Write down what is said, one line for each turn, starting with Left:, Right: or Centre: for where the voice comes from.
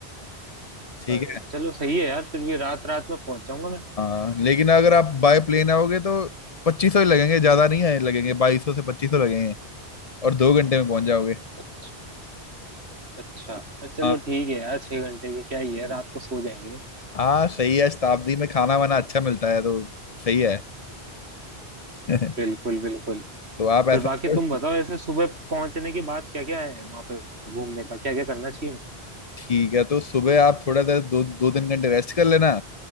Left: ठीक
Right: अरे
Left: है
Right: चलो सही है यार फिर भी रात रात में पहुंच जाऊंगा मैं
Left: हाँ लेकिन अगर आप बाय प्लेन आओगे तो पच्चीस सौ ही लगेंगे ज्यादा नहीं है लगेंगे बाईस सौ से पच्चीस सौ लगेंगे और दो घंटे में पहुंच जाओगे
Right: अच्छा अच्छा पर चलो
Left: हाँ
Right: ठीक है यार छह घंटे भी क्या ही है रात को सो जाएंगे
Left: हाँ सही है शताब्दी में खाना वाना अच्छा मिलता है तो सही है <laughs>
Right: बिल्कुल बिल्कुल
Left: तो आप
Right: फिर
Left: ऐसा
Right: बाकी
Left: करो
Right: तुम बताओ ऐसे सुबह पहुंचने के बाद क्या क्या है वहां पे घूमने का क्या क्या करना चाहिए
Left: ठीक है तो सुबह आप थोड़ा देर दो दो तीन घंटे रेस्ट कर लेना